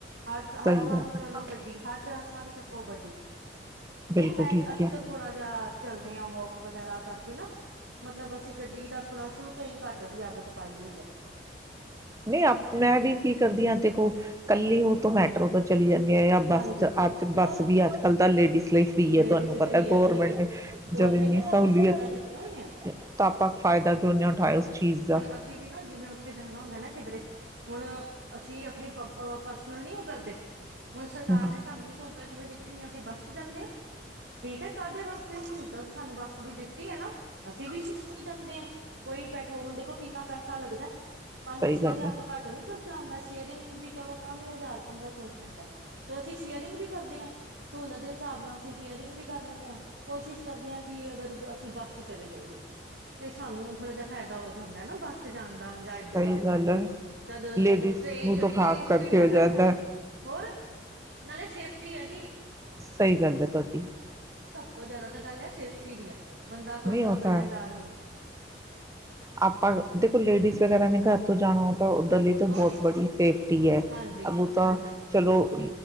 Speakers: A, on the right; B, on the right.
A: ਹਰ
B: ਸਹੀ
A: ਹਰ ਥਾਂ
B: ਗੱਲ ਹੈ।
A: ਤੇ ਚਲੋ ਗੱਡੀ ਹਰ <unintelligible> ਥਾਂ ਤੇ ਚੁੱਕੋ ਗੱਡੀ,
B: ਬਿਲਕੁਲ
A: ਨਹੀਂ ਮੈਂ
B: ਠੀਕ
A: ਅਸੀਂ
B: ਕਿਆ।
A: ਤਾਂ ਥੋੜਾ ਜਿਹਾ ਚੱਲਦੇ ਹਾਂ ਵੋਕ ਵਗੈਰਾ ਕਰਕੇ ਨਾ, ਮਤਲਬ ਅਸੀਂ ਗੱਡੀ ਦਾ ਥੋੜ੍ਹਾ ਸ਼ੁਰੂ ਤੋਂ ਹੀ ਘੱਟ ਦੀ ਆਦਤ ਪਾਈ ਹੋਈ ਹੈ।
B: ਨਹੀਂ ਆਪ ਮੈਂ ਵੀ ਕੀ ਕਰਦੀ ਹਾਂ ਦੇਖੋ ਕੱਲੀ ਉਹ ਤੋਂ ਮੈਟਰੋ ਤੇ ਚਲੀ ਜਾਂਦੀ। ਜਾਂ ਬੱਸ
A: ਹਾਂਜੀ
B: ਚ ਅੱ ਬੱਸ
A: ਹੋਰ
B: ਵੀ ਅੱਜ ਕੱਲ ਤਾਂ ਲੇਡੀਜ਼ ਲਈ ਫ੍ਰੀ
A: ਲੇਡੀਜ਼
B: ਹੈ, ਤੁਹਾਨੂੰ ਪਤਾ
A: ਫ੍ਰਰੀ ਹੈ
B: ਗੌਰਮੈਂਟ
A: ਬਿਲਕੁਲ
B: ਨੇ
A: ਗੌਰਮੈਂਟ
B: ਜਦ ਇੰਨੀ
A: ਨੇ ਸਭ
B: ਸਹੂਲੀਤ
A: ਸਹੂਲਤਾਂ ਦਿੱਤੀਆਂ ਹੋਈਆਂ
B: ਤਾਂ ਆਪਾਂ ਫਾਇਦਾ ਕਿਉ ਨਾ ਉਠਾਇਆ ਉਸ ਚੀਜ਼ ਦਾ
A: ਹੁਣ ਅਸੀਂ ਵੀ ਨਾ ਜਿਵੇਂ ਉੱਥੇ ਜਾਣਾ ਹੁੰਦਾ ਨਾ ਕਿਧਰੇ ਹੁਣ ਅਸੀਂ ਆਪਣੀ ਪਰਸਨਲ ਨਹੀਂ ਉਹ ਕਰਦੇ। ਹੁਣ ਸਰਕਾਰ
B: ਹੂੰ।
A: ਨੇ ਸਾਨੂੰ ਵੀ ਸਹੂਲਤਾਂ ਜਿਵੇਂ ਦਿ ਤੇ ਅਸੀਂ ਬੱਸ ਚ ਜਾਂਦੇ ਹਾਂ। ਠੀਕ ਹੈ, ਕਾਹਦੇ ਵਸਤੇ ਹੁੰਦਾ ਸਾਨੂੰ ਬਸ ਵੀ ਦਿੱਤੀ ਹੈ ਨਾ ਅਸੀਂ ਵੀ ਫਿਰ ਫ੍ਰੀ ਜਾਂਦੇ ਹਾਂ ਕੋਈ ਪੈਟਰੋਲ ਹੁਣ ਦੇਖੋ ਕਿੰਨਾ ਪੈਸਾ ਲੱਗਦਾ। ਪੰਜ
B: ਸਹੀ
A: ਛੇ
B: ਗੱਲ
A: ਹਜ਼ਾਰ
B: ਹੈ।
A: ਤੋਂ ਘੱਟ ਨੀ ਖਰਚਾ ਆਉਂਦਾ। ਸ਼ੇਅਰਿੰਗ ਵੀ ਕਰੋ ਤਾਂ ਵੀ ਹਜ਼ਾਰ ਪੰਦਰਾਂ ਸੌ ਪੈਂਦਾ, ਫਿਰ ਅਸੀਂ ਸ਼ੇਅਰਿੰਗ ਵੀ ਕਰਦੇ ਹਾਂ ਸਹੂਲਤ ਦੇ ਹਿਸਾਬ ਨਾਲ ਅਸੀਂ ਸ਼ੇਅਰਿੰਗ ਵੀ ਕਰ ਲੈਂਦੇ ਹਾਂ ਕੋਸ਼ਿਸ਼ ਕਰਦੇ ਹਾਂ ਕਿ ਅਗਰ ਅਸੀਂ ਬੱਸ ਚ ਚਲੇ ਜਾਈਏ। ਤੇ ਸਾਨੂੰ ਥੋੜ੍ਹਾ ਜਹਾ ਫਾਇਦਾ ਹੋ ਜਾਂਦਾ ਹੈ ਨਾ ਬੱਸ ਜਾਣ ਦਾ ਜਾਂ
B: ਸਹੀ
A: ਇੱਧਰ ਜਾਣ
B: ਗੱਲ
A: ਦਾ
B: ਹੈ
A: ਜਦ
B: ਲੇਡੀਜ਼
A: ਟ੍ਰੇਨ
B: ਨੂੰ
A: ਚ
B: ਤਾਂ ਖ਼ਾਸ
A: ਟ੍ਰੇਨ ਚ
B: ਕਰਕੇ
A: ਵੀ ਫਾਇਦਾ
B: ਹੋ ਜਾਂਦਾ ਹੈ।
A: ਹੋਰ ਨਾਲੇ ਸੇਫਟੀ ਹੈ ਜੀ
B: ਸਹੀ ਗੱਲ ਆ ਤੁਹਾਡੀ
A: ਸਭ ਤੋਂ ਜ਼ਿਆਦਾ ਤਾਂ ਗੱਲ ਹੈ ਸੇਫਟੀ ਦੀ ਹੈ। ਬੰਦਾ ਕੋਈ
B: ਨਹੀਂ
A: ਚਲੋ
B: ਉਹ
A: ਇਕੱਲਿਆਂ
B: ਤਾਂ ਹੈ।
A: ਡਰ ਨਹੀਂ।
B: ਆਪਾਂ ਦੇਖੋ ਲੇਡੀਜ਼ ਵਗੈਰਾ ਨੇ ਘਰ ਤੋਂ ਜਾਣਾ ਤਾਂ ਉਦਰਲੇ ਬਹੁਤ
A: ਹੋਰ
B: ਬੜੀ ਸੇਫ ਟੀ ਹੈ
A: ਹਾਂਜੀ
B: <unintelligible> ਤਾਂ
A: ਹਾਂਜੀ
B: ਚਲੋ।